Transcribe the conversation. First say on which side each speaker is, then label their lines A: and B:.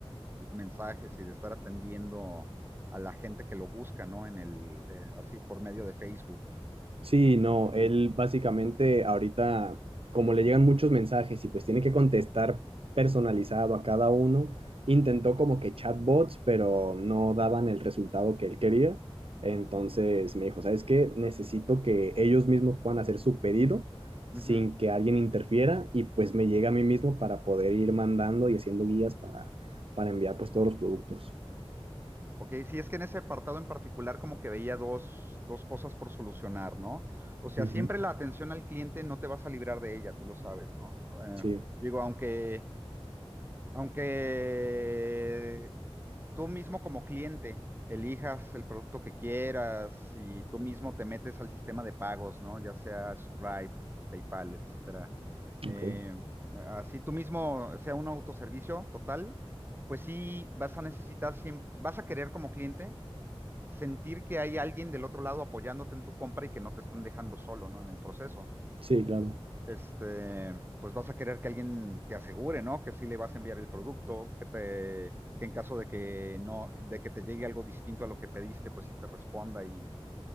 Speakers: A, on the right; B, on the right.
A: mensajes y de estar atendiendo a la gente que lo busca, ¿no? En el, eh, así por medio de Facebook.
B: Sí, no,
A: Y,
B: él básicamente ahorita, como le llegan muchos mensajes y pues tiene que contestar personalizado a cada uno, intentó como que chatbots, pero no daban el resultado que él quería. Entonces me dijo, ¿sabes qué? Necesito que ellos mismos puedan hacer su pedido
A: ujú.
B: sin que alguien interfiera y pues me llegue a mí mismo para poder ir mandando y haciendo guías para, para enviar pues todos los productos.
A: Ok, sí, es que en ese apartado en particular como que veía dos, dos cosas por solucionar, ¿no? O sea,
B: Ujú,
A: siempre la atención al cliente no te vas a librar de ella, tú lo sabes, ¿no? Eh,
B: Sí,
A: digo, aunque Aunque tú mismo como cliente elijas el producto que quieras y tú mismo te metes al sistema de pagos, ¿no? Ya sea Stripe, PayPal, etcétera. Eh,
B: ok.
A: así tú mismo sea un autoservicio total, pues sí vas a necesitar, siem- vas a querer como cliente sentir que hay alguien del otro lado apoyándote en tu compra y que no te están dejando solo, ¿no? En el proceso
B: Sí, claro.
A: este, pues vas a querer que alguien te asegure, ¿no? Que sí le vas a enviar el producto, que te, que en caso de que no, de que te llegue algo distinto a lo que pediste, pues sí te responda y,